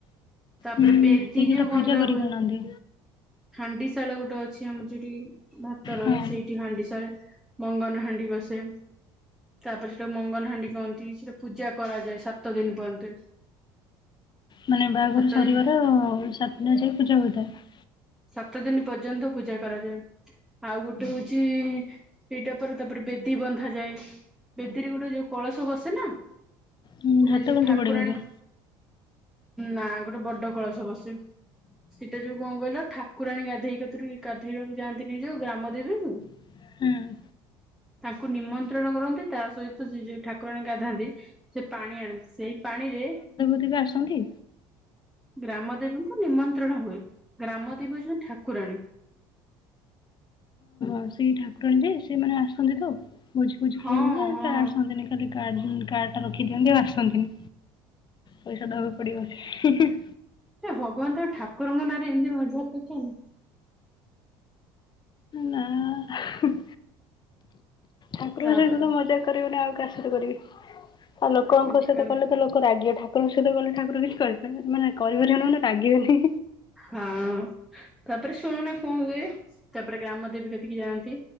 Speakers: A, in the centre; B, on the left (about 40°).
A: ତାପରେ
B: ହୁଁ
A: ବେଦୀ
B: ସେ ଯୋଉଟା
A: ଯୋଉ
B: ପୂଜା
A: ଗନ୍ଧା
B: କରିକି
A: ହୁଏ।
B: ଆଣନ୍ତି
A: ହାଣ୍ଡି ଶାଳ ଗୋଟେ ଅ ଅଛି ଆମର ଯଉଠି ଭାତ ରହେ
B: ହଁ
A: ସେଇଠି ହାଣ୍ଡି ସଳେ ମଙ୍ଗନ ହାଣ୍ଡି ବସେ। ତାପରେ ସେଠା ମଙ୍ଗନହାଣ୍ଡି କହନ୍ତି ସେଟା ପୂଜା କରାଯାଏ ସାତ ଦିନ ପର୍ଯ୍ୟନ୍ତ।
B: ମାନେ ବାହାଘର
A: ସାତ
B: ଶରିବାର
A: ଦିନ
B: ସାତଟା ଯାଇଏ ପୂଜା ହୋଇଥାଏ।
A: ସାତ ଦିନ ପର୍ଯ୍ୟନ୍ତ ପୂଜା କରାଯାଏ। ଆଉ ଗୋଟେ ହଉଛି ସେଇଟା ପରେ ତାପରେ ବେଦି ବନ୍ଧାଯାଏ। ବେଦିରେ ଗୋଟେ ଯୋଉ କଳସ ବସେ ନା ସେଟ
B: ହୁଁ ହାତ
A: ଯୋଉ
B: ଗଣ୍ଠି
A: ଠାକୁରାଣୀ
B: ପଡିବା ପାଇଁ
A: ନା ଗୋଟେ ବଡ କଳସ ବସେ। ସେଟା ଯୋଉ କଣ କହିଲ ଠାକୁରାଣୀ ଗାଧେଇକତିରୁ ଗାଧେଇବାକୁ ଯାଆନ୍ତିନି ଯୋଉ ଗ୍ରାମ ଦେବୀକୁ
B: ହୁଁ
A: ତାଙ୍କୁ ନିମନ୍ତ୍ରଣ କରନ୍ତି ତା ସହିତ ସେ ଯୋଉ ଠାକୁରାଣୀ ଗାଧାନ୍ତି। ସେ ପାଣି ଆଣନ୍ତି ସେଇ ପାଣିରେ
B: କେବେ ଆସନ୍ତି।
A: ଗ୍ରାମ ଦେବୀଙ୍କୁ ନିମନ୍ତ୍ରଣ ହୁଏ ଗ୍ରାମ ଦେବୀ ଜଣେ ଠାକୁରାଣୀ।
B: ଆଉ ସେଇ ଠାକୁରାଣୀ ଯେ ସେମାନେ ଆସନ୍ତି ତ ଭୋଜି ଫୋଜି ଖାଇବାକୁନା
A: ହଁ ହଁ
B: ଆସନ୍ତି ନି? ଖାଲି କାର୍ କାର୍ଡ ଟା ରଖି ଦିଅନ୍ତି ଆଉ ଆସନ୍ତିନି ପଇସା ଦବାକୁ ପଡିବ।
A: ହେ ଭଗବାନ ତମେ ଠାକୁରଙ୍କ ନାଁରେ ଏମିତି ମଜା କରୁଚନ୍ତି।
B: ନା ଠାକୁରଙ୍କ
A: ତାପରେ
B: ସହିତ ତ ମଜା କରିବୁନି ଆଉ କାହା ସହିତ କରିବି ଆଉ ଲୋକଙ୍କ
A: ଏମିତି
B: ସହିତ
A: କରେ
B: କଲେ ତ ଲୋକ ରାଗିବେ ଠାକୁର କଣ ଦୋଷ କଲ ଠାକୁର କିଛି କରିପାରିବେ ମାନେ କରିବେନି ମାନେ ରାଗିବେନି।
A: ହଁ ତାପରେ ଶୁଣୁନା କଣ ହୁଏ ତାପରେ ଗ୍ରାମ ଦେବୀ କତିକି ଯାଆନ୍ତି।